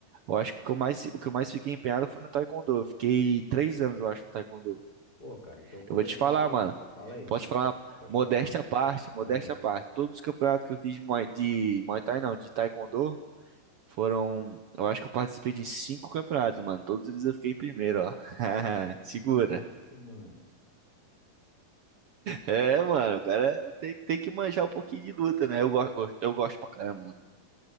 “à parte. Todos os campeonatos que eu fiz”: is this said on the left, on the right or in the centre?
Right